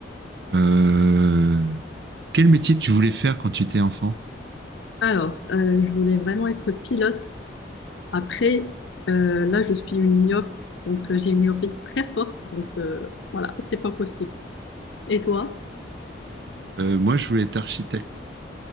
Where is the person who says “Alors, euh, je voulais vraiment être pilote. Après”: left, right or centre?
Left